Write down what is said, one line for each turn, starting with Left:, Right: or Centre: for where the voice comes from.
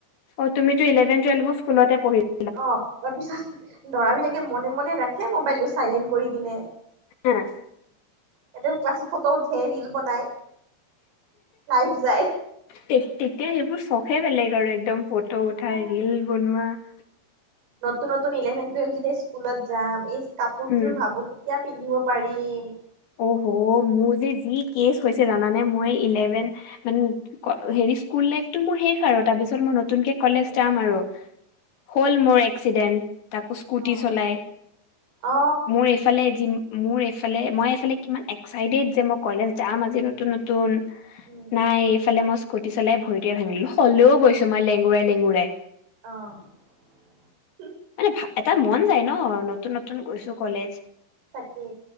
Left: অ' তুমিটো ইলেভন টুৱেলভ ও স্কুলতে পঢ়িলা।
Right: অ' তাৰপিছত ল'ৰা বিলাকে মনে মনে ৰাখে মোবাইলটো চাইলেণ্ট কৰি কিনে।
Left: এ'।
Right: ইয়াতেও ক্লাছত ফটো উঠে ৰীল বনাই, লাইভ যায়
Left: তে তেতিয়া সেইবোৰ চখে বেলেগ আৰু একদম ফটো
Right: সঁচা
Left: উঠাই ৰিল বনোৱা, তে
Right: নতুন নতুন ইলেভেন, টুৱেলভ যেতিয়া স্কুলত যাম, এই কাপোৰযোৰ
Left: উম
Right: ভাবো কেতিয়া পিন্ধিব পাৰিম।
Left: অহ, হ', মোৰ যে যি কেচ হৈছে জানানে, মই ইলেভেন মানে হেৰি স্কুল লাইফটো মোৰ শেষ আৰু, তাৰপিছত মই নতুনকে কলেজ
Right: উম
Left: যাম আৰু, হ'ল মোৰ এক্সিডেণ্ট। তাকো স্কুটি
Right: উম অ
Left: চলাই,
Right: অ
Left: মোৰ এইফালে যি, মোৰ এইফালে মই মানে কিমান এক্সাইটেড যে, মই কলেজ যাম আজি নতুন নতুন,
Right: উম
Left: নাই এইফালে মই স্কুটি চলাই ভৰিটোৱে ভঙিলো, হ'লেও গৈছো মই লেঙুৰাই, লেঙুৰাই।
Right: অ'।
Left: মানে, ভা, এটা মন যায় ন, নত নতুন, নতুন গৈছো কলেজ।
Right: তাকে।